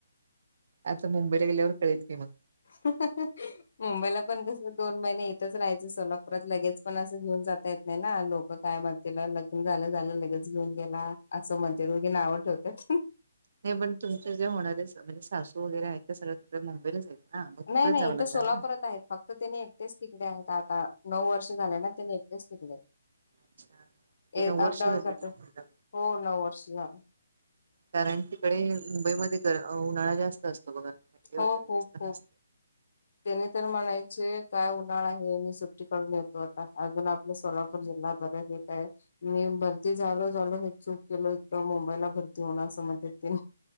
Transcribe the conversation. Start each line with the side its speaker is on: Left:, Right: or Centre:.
Right: आता मुंबईला गेल्यावर कळेल की मग?
Left: ह ह मुंबईला पण कस दोन महिने इथंच राहायचं सोलापुरात लगेच पण असं घेऊन जाता येत नाही ना लोक काय म्हण. त्याला लग्न झालं झालं लगेच घेऊन गेला असं म्हणते दोघीना आवट होत
Right: नाही पण तुमचे जेणारे म्हणजे सासू वगैरे आहेत त्या सगळ्या तडे मुंबईलाच आहेत ना मग तिकडेच
Left: नाही नाही
Right: जावं
Left: इथं
Right: लागणार
Left: सोलापुरात
Right: ना.
Left: आहेत फक्त तर त्याने एकटेच तिकडे आहेत आता नऊ वर्ष झाले ना त्याने एकटेच तिकडे
Right: अच्छा, म्हणजे
Left: एक
Right: नऊ वर्ष
Left: अप डाऊन
Right: झाली
Left: करत
Right: नोकरीला.
Left: हो नऊ वर्ष झालं
Right: कारण तिकडे मुंबईमध्ये उन्हाळा जास्त असतो बघा खे वगैरे
Left: हो खूप
Right: जास्तत.
Left: खूप त्यानी तर म्हणायचे काय उन्हाळा आहे मी सुट्टीकडून येतो आता अजून! आप सोलापूर जिल्हा बर हे का आहे. मी भरती झालो झालो हे चूक केल इकं मुंबईला भरती होणं असं म्हणत.